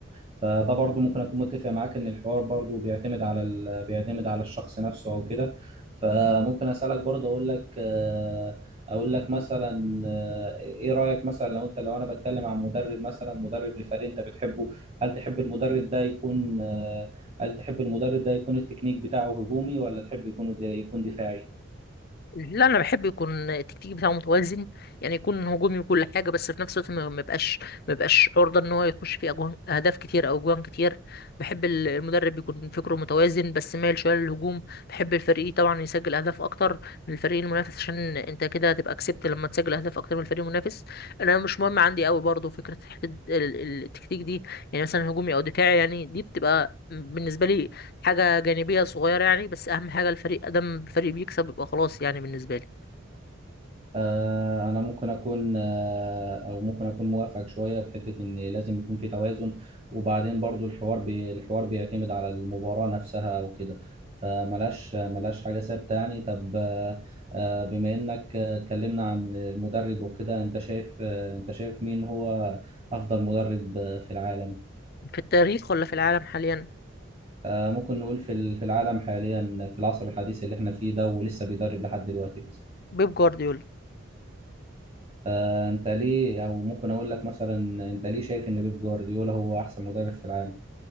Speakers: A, on the right (about 30°); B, on the left (about 50°).
A: فده برضو ممكن أكون متفق معاك إن الحوار برضو بيعتمد على ال... بيعتمد على الشخص نفسه أو كده فممكن أسألك برضو أقول لك آه، اقول لك مثلا آه، ايه رايك مثلا لو انت لو انا بتكلم عن مدرب مثلا مدرب لفريق انت بتحبه هل تحب المدرب ده يكون آه، هل تحب المدرب ده يكون التكنيك بتاعه هجومي ولا تحب يكون يكون دفاعي
B: لا انا بحب يكون التكتيك بتاعه متوازن يعني يكون هجومي وكل حاجه بس في نفس الوقت ما ما يبقاش ما يبقاش عرضه ان هو يخش فيه أجوان اهداف كتير او اجوان كتير بحب ال- المدرب يكون فكره متوازن بس مايل شويه للهجوم بحب الفريق طبعا يسجل اهداف اكتر من الفريق المنافس عشان انت كده هتبقى كسبت لما تسجل اهداف اكتر من الفريق المنافس انا مش مهم عندي قوي برضه فكره حتة ال- ال- التكتيك دي يعني مثلا هجومي او دفاعي يعني دي بتبقى بالنسبه لي حاجة جانبية صغيرة يعني بس أهم حاجة الفريق أدم فريق بيكسب يبقى خلاص يعني بالنسبة لي
A: آه، أنا ممكن أكون آه، أو ممكن أكون موافقك شوية في حتة إن لازم يكون في توازن وبعدين برضو الحوار بي الحوار بيعتمد على المباراة نفسها وكده فملاش ملاش حاجة ثابتة يعني طب آه، آه، بما إنك آه، اتكلمنا عن المدرب وكده أنت شايف آه، أنت شايف مين هو أفضل مدرب آه، في العالم
B: في التاريخ ولا في العالم حاليا
A: آه، ممكن نقول في ال- في العالم حاليا في العصر الحديث اللي إحنا فيه ده ولسه بيدرب لحد دلوقتي مثلا
B: بيب جوارديولا
A: آه، انت ليه او ممكن اقول لك مثلا انت ليه شايف ان بيب جوارديولا هو احسن مدرب في العالم